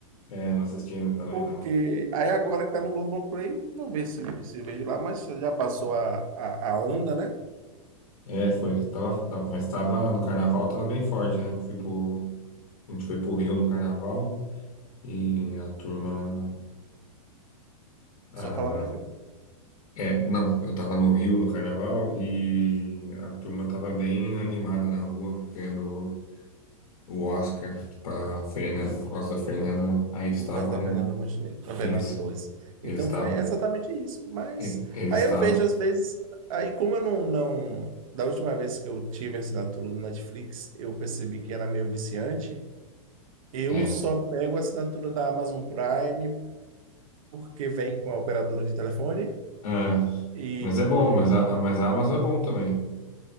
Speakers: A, on the left; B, on the right.
A: É, não assisti ainda também,
B: Porque
A: não.
B: aí agora que tá no Globoplay, vou ver se, se vejo lá, mas já passou a, a, a onda, né?
A: É, foi. eu Tava, tava- mas tava no carnaval, tava bem forte, né? Fui pro, a gente foi pro Rio no carnaval e a turma. A,
B: Só falava no filme,
A: é, não, eu tava no Rio no carnaval e a turma tava bem animada na rua, vendo o Oscar pra Fernanda, por causa da Fernanda. Aí eles
B: por
A: estavam.
B: causa da Fernanda Montenegro, da Fernanda
A: Isso.
B: Torres. Então
A: Eles estavam.
B: foi exatamente isso. Mas
A: e- Eles
B: aí
A: estavam.
B: eu vejo às vezes, aí como eu não, não, da última vez que eu tive a assinatura do Netflix, eu percebi que era meio viciante. Eu
A: É.
B: só pego a assinatura da Amazon Prime porque vem com a operadora de telefone
A: ah,
B: e,
A: Mas é bom, mas a, a- mas
B: e-
A: a Amazon é bom também.